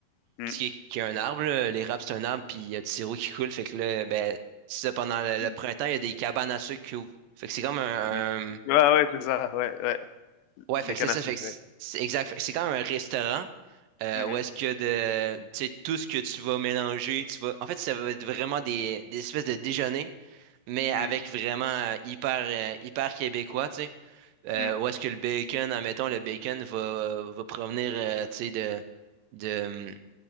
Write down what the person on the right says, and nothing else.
Parce qu'il y, a qu'il y a un arbre, là, l'érable, c'est un arbre, puis il y a du sirop qui coule. Fait que là, ben, c'est ça, pendant le,
le printemps, il y a des cabanes à sucre qui ouvrent. Fait que c'est comme un,
Ouais,
fait que
c'est ça,
fait que c'est
c'est exact. Fait que C'est quand même un restaurant euh,
où
est-ce que de, tu sais, tout ce que tu vas mélanger, tu vas. En fait, ça va être vraiment des, des espèces de déjeuner, mais avec
vraiment euh, hyper, euh, hyper québécois, tu sais. Euh,
où est-ce que le bacon, admettons, le bacon va, va provenir, euh, tu sais, de, de,